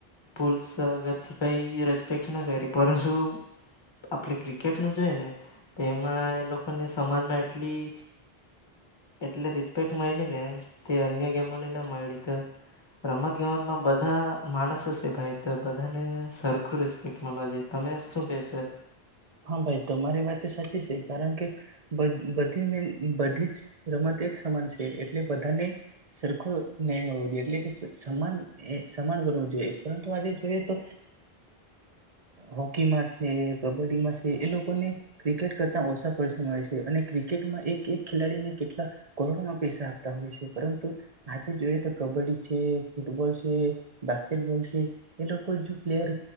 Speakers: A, on the left (about 25°); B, on the right (about 40°).
A: પુલ્સગતથી કઈ રેસ્પેક્ટ ના કરી પરંતુ આપણે ક્રિકેટ નું જોઈ ને તેમાં એ લોકોને સમાજમાં એટલી એટલી રિસ્પેક્ટ મળી ને તે અન્ય ગેમોને ના મળી રમત ગમતમાં બ બધા માણસ હશે ભાઈ તો બધાને સરખું રિસ્પેક્ટ મળવા જ તમે શું કેશો?
B: હા ભાઈ તમારી વાત છે એ સાચી છે કારણ કે બધી બધી જ રમત એક સમાન છે એટલે બધાને સરખો ન્યાય મળવો જોઈએ એટલે કે સમાન સમાન ગણવું જોઈએ પરંતુ આજે જોઈએ તો હોકી માં છે કબડ્ડીમાં છે એ લોકો ને ક્રિકેટ કરતા ઓછા પૈસા મળે છે અને ક્રિકેટમાં એક એક ખેલાડીને કેટલા કરોડમાં પૈસા આપતા હોય છે પરંતુ આજે જોઈએ તો કબડ્ડી છે ફૂટબોલ છે બાસ્કેટબોલ છે એ લોકો જો પ્લેયર